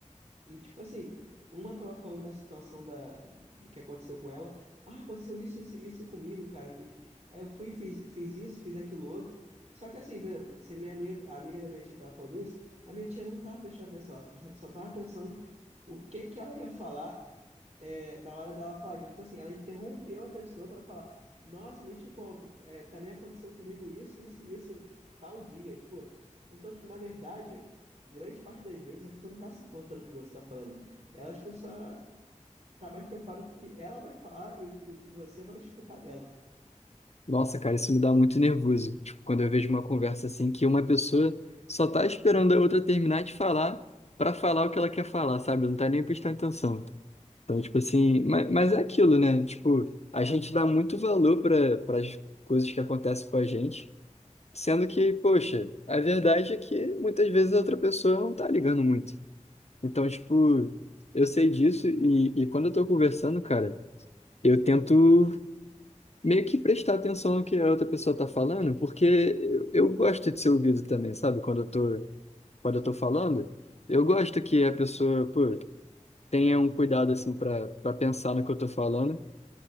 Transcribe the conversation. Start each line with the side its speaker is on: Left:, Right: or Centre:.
Right: E tipo assim, uma tava falando da situação da, de que aconteceu com ela. Ah, aconteceu isso, isso, isso comigo, cara. Foi- aí eu fui, e fiz, fiz isso, fiz aquilo outro. Só que assim, por exemplo, se minha amiga, a amiga da minha tia tava falando isso, a minha tia não tava prestando atenção, ela só só tava pensando o que que ela ia falar é, na hora dela falar. Então, tipo assim, ela interrompeu a pessoa pra falar: Nossa, nem te conto, é, também aconteceu comigo isso, isso e isso, tal dia. Tipo, então, tipo, na verdade, grande parte das vezes a pessoa não tá se importando com o que você tá falando. Ela, tipo, só tá mais preocupada com o que ela vai falar e o que, do que você vai escutar dela.
Left: Nossa, cara, isso me dá muito nervoso. Tipo, quando eu vejo uma conversa assim que uma pessoa só tá esperando a outra terminar de falar para falar o que ela quer falar, sabe? Não tá nem prestando atenção. Então, tipo assim,
Right: É.
Left: mas, mas é aquilo, né? Tipo, a gente dá muito valor para as coisas que acontecem com a gente, sendo que, poxa, a verdade é que muitas vezes a outra pessoa não tá ligando muito. Então, tipo, eu sei disso e, e quando eu tô conversando, cara, eu tento meio que prestar atenção no que a outra pessoa tá falando, porque eu, eu gosto de ser ouvido também, sabe? Quando eu tô, quando eu tô falando, eu gosto que a pessoa, pô, tenha um cuidado, assim, para para pensar no que eu tô falando.